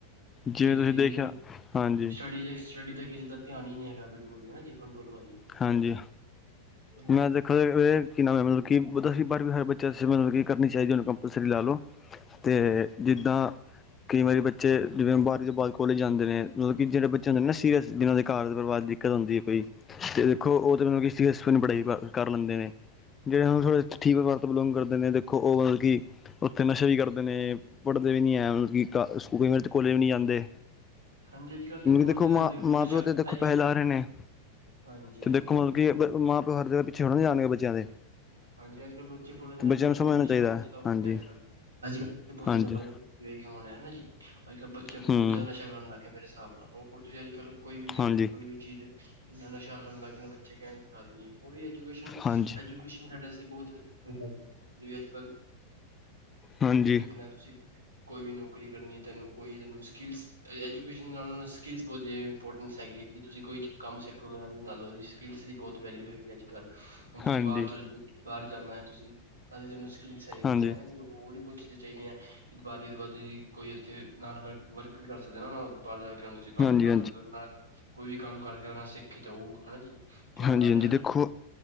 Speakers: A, on the left; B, on the right.
A: ਜਿਵੇਂ
B: ਕਿਸੇ
A: ਤੁਸੀਂ
B: ਦੀ
A: ਦੇਖਿਆ ਹਾਂਜੀ
B: ਸਟਡੀ, ਸਟੱਡੀ ਤਾਂ ਕਿਸੇ ਦਾ ਧਿਆਨ ਆ ਹੀ ਨਹੀਂ ਹੈਗਾ, ਬਿਲਕੁਲ ਕਰ ਹਨਾ ਜੀ, ਹੁਣ ਬੋਲੋ ਭਾਜੀ।
A: ਹਾਂਜੀ
B: ਬੋਲੋ
A: ਮੈਂ,
B: ਬੋਲੋ
A: ਮਤਲਬ ਦ ਵਾਰਵੀ ਹਰ ਬੱਚਾ ਕਰਨੀ ਚਾਹੀਦੀ ਐ, ਸ਼ਾਨੂੰ ਕਮਪਾਲਸਰੀ ਲਾ ਲਓ। ਤੇ ਜਿੱਦਾਂ, ਕਈ ਵਾਰੀ ਬੱਚੇ ਜਿਵੇਂ, ਬਾਵਰੀ ਤੋਂ ਬਾਅਦ ਕੋਲਜ ਜਾਂਦੇ ਨੇ ਮਤਲਬ ਕਿ ਜਿਹੜੇ ਬੱਚੇ ਹੁੰਦੇ ਨੇ ਨਾ ਸੀਅ ਜਿਨ੍ਹਾਂ ਦੇ ਘਰ ਬਰਬਾਦ ਦਿੱਤ ਆਦੀ ਹੈ ਕੋਈ ਤੇ ਦੇਖੋਲ ਉਹ ਤਾਂ ਮਤਲਬ ਹਸਪ ਪੜਾਈ ਕਰ ਲੈਂਦੇ ਨੇ। ਜਿਹੜੇ ਠੀਕ ਵਰਤ ਬਿਲੋਂਗ ਕਰਦੇ ਨੇ ਦੇਖੋ, ਉਹ ਮਤਲਬ ਕਿ ਉੱਥੇ ਨਸ਼ੇ ਵੀ ਕਰਦੇ ਨੇ ਪੜ੍ਹਦੇ ਵੀ ਨਹੀਂ ਹੈ, ਮਤਲਬ ਕਿ ਕ ਸਕ ਕਈ ਵਾਰੀ ਕੋਲੇਜ ਵੀ ਨਹੀਂ ਜਾਂਦੇ।
B: ਹਾਂਜੀ ਅੱਜ ਕੱਲ੍ਹ ਤਾਂ ਬਹੁਤ
A: ਦੇਖੋ
B: ਜ਼ਿਆਦਾ
A: ਮਾਂ-ਮਾਂ
B: ਨਸ਼ਾ
A: ਪਿਓ ਤੇ ਦੇਖੋ
B: ਅੱਜ ਕੱਲ੍ਹ
A: ਪੈਸੇ ਰਹੇ ਨੇ,
B: ਹਾਂਜੀ
A: ਤੇ
B: ਹਾਂਜੀ
A: ਦੇਖੋ
B: ਹਾਂਜੀ
A: ਮਤਲਬ, ਕਿ ਮਾਂ ਪਿਓ ਹਰ ਜਗ੍ਹਾ ਪਿੱਛੇ ਹੋਣ ਜਾਣਗੇ, ਬੱਚਿਆਂ ਦੇ
B: ਹਾਂਜੀ ਅੱਜ-ਕੱਲ੍ਹ ਬੱਚੇ ਬੜੇ ਦੇ
A: ਤੇ
B: ਨਾਲ
A: ਬੱਚਿਆਂ
B: ਨਸ਼ੇ
A: ਨੂੰ ਸਮਝਣਾ
B: ਵੀ ਨਸ਼ਾ
A: ਚਾਹੀਦਾ
B: ਵੀ ਬਹੁਤ
A: ਹੈ
B: ਜ਼ਿਆਦਾ ਹੋ
A: ਹਾਂਜੀ
B: ਗਿਆ ਏ, ਅੱਜ-ਕੱਲ ਬਹੁਤ
A: ਹਾਂਜੀ
B: ਜ਼ਿਆਦਾ ਵੱਧ ਗਿਆ। ਜਿਵੇਂ ਹੁਣਾ ਜੀ ਅੱਜ-ਕੱਲ੍ਹ ਬੱਚਾ ਬਹੁਤ
A: ਹੂੰ
B: ਜ਼ਿਆਦਾ ਨਸ਼ਾ ਕਰਨ ਲੱਗ ਗਿਆ ਮੇਰੇ ਹਿਸਾਬ ਨਾਲ ਹੋ। ਰ ਤੁਸੀਂ ਅੱਜ-ਕਲ ਕੋਈ ਵਿਅਕਤੀ
A: ਹਾਂਜੀ
B: ਕੋਈ ਵੀ, ਚੀਜ਼ ਇੰਨਾ ਨਸ਼ਾ ਖਾਣ ਲੱਗ ਜਾਣਾ, ਬੱਚੇ ਕਹਿਣ ਦੀ ਹੱਦ ਨ ਹੋਰ ਵੀ ਐਜੂਕੇਸ਼ਨ-ਐਜੂਕੇਸ਼ਨ।
A: ਹਾਂਜੀ
B: ਸਾਡੇੇ ਬਹੁਤ ਜ਼ਿਆਦਾ ਹੈ ਵੀ ਅੱਜ-ਕੱਲ੍ਹ,
A: ਹਾਂਜੀ
B: ਰਨਾ
A: ਹਾਂਜੀ
B: ਸ਼ ਕੋਈ ਵੀ ਨੌਕਰੀ ਕਰਨੀ ਹੈ, ਤੁਹਾਨੂੰ ਕੋਈ ਤੁਹਾਨੂੰ ਸਕਿੱਲਸ ਐਜੂਕੇਸ਼ਨ ਨਾਲ ਨਾਲ ਸਕਿਲਸ ਬਹੁਤ ਜ਼ਿਆ ਇੰਪੋਰਟੈਂਟਸ ਹੈਗੀ ਹੈ। ਕਿ ਤੁਸੀਂ ਕੋਈ ਕੰਮ ਸਿੱਖ ਲਓ, ਉਹ ਦੇ ਨਾਲ ਉਹਦੀ ਸਕਿੱਲਸ ਦੀ ਬਹੁਤ ਵੈਲਿਊ ਹੈਗੀ ਅੱਜ-ਕੱਲ੍ਹ ਹੁਣ ਤੁਸੀਂ
A: ਹਾਂਜੀ
B: ਬਾਹਰ ਚੱਲ ਜਾ ਬਾਹਰ ਜਾਣਾ ਹੈ, ਤੁਸੀਂ ਤਾਂਦੀ ਤੁਹਾਨੂੰ ਸਕਿਲ ਚਾਹੀਦੀ
A: ਹਾਂਜੀ
B: ਹੈ ਹਨਾ ਜੀ, ਉਹ ਹੋਰ ਵੀ ਜ਼ਾਂ ਚਾਹੀਦੀਆਂ <inaudible> ਬਾਰੀ ਬ ਕੋਈ ਇੱਥੇ ਨਾਲ ਵਰਕ ਵਰਕ ਵੀ ਕਰ ਸਕਦੇ ਹੋ, ਨਾ ਨਾ ਉਹ ਬਾਹਰ ਜਾ ਕੇ ਉਹ ਤੁਸੀਂ ਕੰਮ
A: ਹਾਂਜੀ
B: ਵੀ ਕਰ ਸਕਦੇ ਹੋ ਨਾਲ। ਕੋਈ ਵੀ ਕੰਮ ਕਰਕੇ ਸਿੱਖ ਕੇ ਜਾਊ ਹਨਾ ਜੀ। ਧਿਆਨ
A: ਹਾਂਜੀ
B: ਨਾਲ
A: ਹਾਂਜੀ,
B: ਹਨਾ
A: ਦੇਖੋ
B: ਜੀ